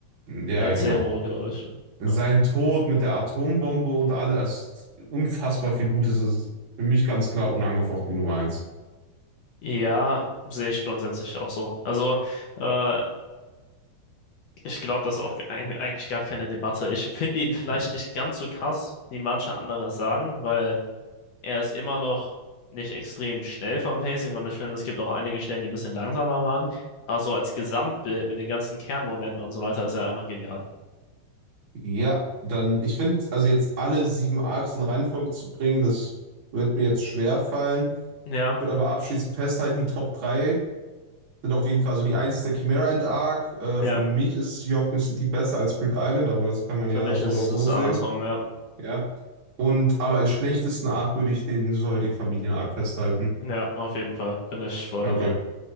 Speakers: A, on the right; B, on the left.
A: ja,
B: Netero,
A: genau.
B: glaube ich.
A: Sein
B: Ja,
A: Tod mit der Atombombe und alles, also unfassbar viel Gutes ist für mich ganz klar unangefochten die Nummer eins.
B: ja sehe ich grundsätzlich auch so. Also, äh, ich glaube, das ist auch eig- eigentlich gar keine Debatte. Ich finde ihn vielleicht
A: Ja.
B: nicht ganz so krass, wie manche andere es sagen, weil Er ist immer noch nicht extrem schnell vom Pacing und ich finde, es gibt auch einige Stellen, die ein bisschen langsamer waren. Aber so als Gesamtbild mit den ganzen Kernmomenten und so weiter ist er einfach genial.
A: Ja, dann, ich finde, also jetzt alle sieben Arcs in Reihenfolge zu bringen, das wird mir jetzt schwer fallen.
B: Ja,
A: würde aber abschließend festhalten, die Top 3 sind auf jeden Fall, also die eins ist der Chimera Ant Arc. Äh,
B: ja,
A: für mich ist York New City besser als Grid Island, aber das kann man
B: für
A: ja
B: mich
A: so
B: ist
A: oder so
B: es
A: sehen.
B: andersrum, ja.
A: Ja. Und aber als schlechtesten Arc würde ich den Soldig Familien Arc festhalten.
B: Ja, auf jeden Fall bin ich voll
A: Okay,
B: dabei.
A: äh,